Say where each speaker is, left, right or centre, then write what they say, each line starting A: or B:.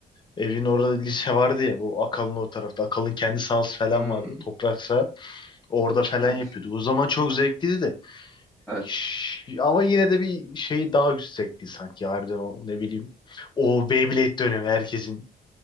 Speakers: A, on the left; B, in the centre.
A: evin orada lise vardı ya bu Akalın o tarafta. Akalın kendi sahası falan
B: Hmm,
A: vardı. Toprak saha. Orada falan
B: evet
A: yapıyorduk. O zaman çok zevkliydi de.
B: evet
A: Ş- Ama yine de bir şey daha yüksekti sanki harbiden o ne bileyim. O Beyblade dönemi herkesin.